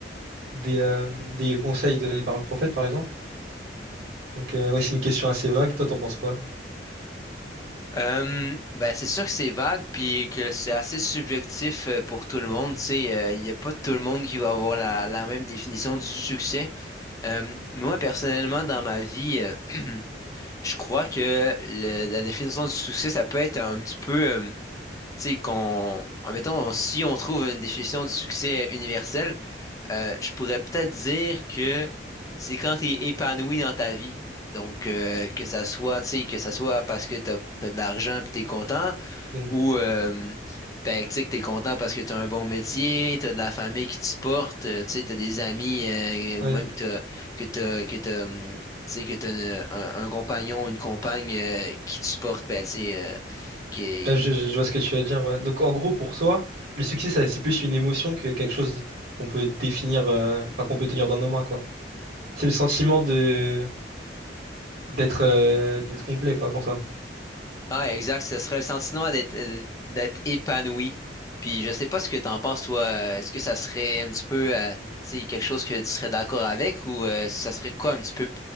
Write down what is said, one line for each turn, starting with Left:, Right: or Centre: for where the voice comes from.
Right: des, euh, des conseils donnés par le prophète, par exemple. Donc, euh, ouais, c'est une question assez vague. Toi, t'en penses quoi?
Left: Euh, ben, c'est sûr que c'est vague, puis que c'est assez subjectif euh, pour tout le monde. Tu sais, euh, il n'y a pas tout le monde qui va avoir la, la même définition du succès. Euh, moi, personnellement, dans ma vie, euh, <clears throat> je crois que le- la définition du succès, ça peut être un petit peu... euh, tu sais, qu'on, admettons, si on trouve une définition du succès universel, euh, je pourrais peut-être dire que c'est quand tu es épanoui dans ta vie. Donc, euh, que ça soit, tu sais, que ça soit parce que tu as, de l'argent puis tu es content,
Right: Donc,
Left: ou euh, ben, tu sais, que tu es content parce que tu as un bon métier, tu as de la famille qui te supporte, euh, tu sais, tu as des amis, euh,
Right: ouais.
Left: ou même que t'as- que t'as- que t'as, hum, tu sais, que tu as un, un compagnon, une compagne euh, qui te supporte, ben, tu sais, euh, qui,
Right: Ah, Je, je- vois ce que tu veux dire, ouais. Donc en gros, pour toi, le succès, ça- c'est plus une émotion que quelque chose qu'on peut définir, euh, enfin qu'on peut tenir dans nos mains, quoi. C'est le sentiment de d'être euh, d'être complet, quoi, pour toi.
Left: Ah, exact. Ce serait le sentiment d'être euh, d'être épanoui. Puis je sais pas ce que t'en penses, toi. Euh, Est-ce que ça serait un petit peu, euh, tu sais, quelque chose que tu serais d'accord avec ou euh, ça serait quoi un petit peu